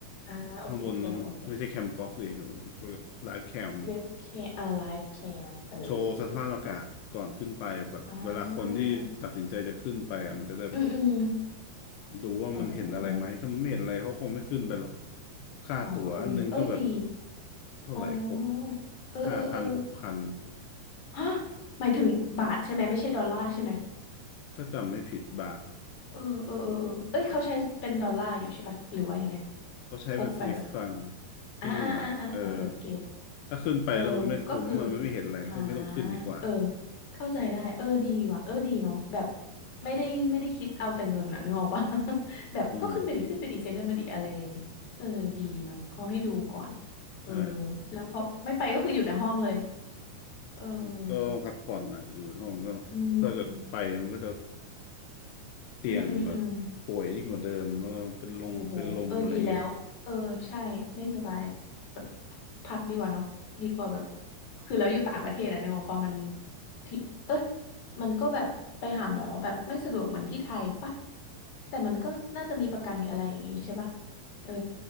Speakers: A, on the left; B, on the left.
A: อ่าโอเคแคมโอเค
B: ข้างบนนั้นน่ะไม่ใช่แคมฟ็อกดยไลฟ์แคม
A: เว็บแคมอ่าไลฟ์แคมเออเออ
B: โชว์สภาพอากาศก่อนขึ้นไปแบบเวลาคนที่ตัดสินใจจะขึ้นไปอ่ะมันจะได้แบบ
A: อ่าอืมอืม
B: ดูว่ามันเห็นอะไรไหมถ้ามันไม่เห็นอะไรเขาคงไม่ขึ้นไปหรอก
A: อ๋อ
B: ค่าตั๋วอันนึงก็แบบ
A: อ๋อเออเอ้ยดี
B: เท่าไหร่หก
A: อ๋อเออเออเออ
B: ห้าพันหกพัน
A: ฮะหมายถึงบาทใช่ไหมไม่ใช่ดอลลาร์ใช่ไหม
B: ถ้าจำไม่ผิดบาท
A: เออเออเออเออเอ้ยเขาใช้เป็นดอลลาร์อยู่ใช่ปะหรือว่ายังไง
B: เขาใช้เป็นสวิสฟัง
A: พกไปแบบ
B: ที่นู่นอ่ะเออ
A: อ่าอ่าอ่าอ่าเออเออเก
B: ถ้าขึ้นไปแล้วมันไม่คุ้มอะมันไม่เห็นอะไรก็ไม่ต้องขึ้นดีกว่า
A: เออก็คืออ่าเออเข้าใจได้เออดีว่ะเออดีเนาะแบบไม่ได้ไม่ได้คิดเอาแต่เงินอะนึกออกปะ <laughs> แบบก็ขึ้นไปดิขึ้นไปดิเสียเงินมาดิอะไรอย่างงี้เออดีเนาะเขาให้ดูก่อน
B: อืม
A: เออ
B: ใช่
A: แล้วพอไม่ไปก็คืออยู่แต่ห้องเลยเออ
B: อืมก็ต้องพักผ่อนอ่ะอยู่ในห้องก็ถ้าเกิดไปมันก็จะ
A: อืม
B: เตียงแบบป่วยยิ่งกว่าเดิมแล้วเป็นลงเป็นลมอะไรเงี้ย
A: อืมอืมอืม โอ้โห เออดีแล้ว เออใช่ไม่สบายแบบพักดีกว่าเนาะดีกว่าแบบ คือแล้วอยู่ต่างประเทศอะเนบอกว่ามันที่เอ้ยมันก็แบบไปหาหมอแบบไม่สะดวกเหมือนที่ไทยปะแต่มันก็น่าจะมีประกันมีอะไรอย่างงี้ใช่ปะเออ